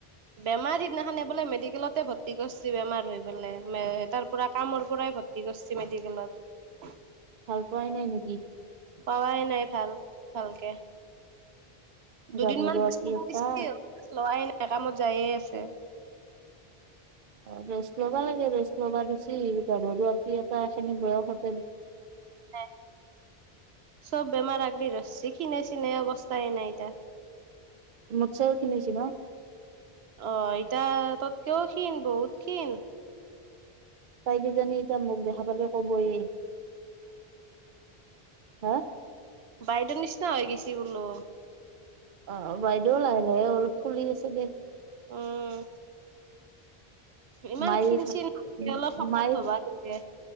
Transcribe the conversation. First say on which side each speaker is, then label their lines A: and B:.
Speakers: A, on the right; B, on the right.
A: বেমাৰ সিদিনাখনে বোলে মেডিকেলতে ভৰ্তি কৰছি, বেমাৰ হৈ পেলে। মে- তাৰ পৰা কামৰ পৰা ই ভৰ্তি কৰছি মেডিকেলত।
B: ভাল পোৱাই নাই নেকি?
A: পাৱাই নাই ভাল, ভালকে। দুদিনমান
B: গাভৰু
A: বিচ
B: আপি
A: <inaudible>
B: এটা
A: দিছিল। লোৱাই নাই। কামত যায়ে আছে।
B: অ' ৰেষ্ট ল'বা লাগে। ৰেষ্ট ল'বা দিছি। গাভৰু আপি এটা এখিনি বয়সত
A: <inaudible> চব বেমাৰ আ ৰি ধৰছি। খিনাই চিনাই অৱস্থাই নাই ইতা।
B: মোতছেও খিনাইছি ন'?
A: অ' ইটা তোতকেও ক্ষীণ, বহুত ক্ষীণ।
B: তাই কিজানি এতিয়া মোক দেখা পালে ক'বয়ে হা?
A: বাইদৰ নিচিনা হৈ গৈছি বোলো।
B: অ' বাইদেউ লাহে - লাহে অলপ ফুলি আছে দে।
A: উম। ইমান
B: মাইল
A: ক্ষীণ
B: ছ-
A: চিন অলপ শকত
B: মাই-
A: হবা লাগে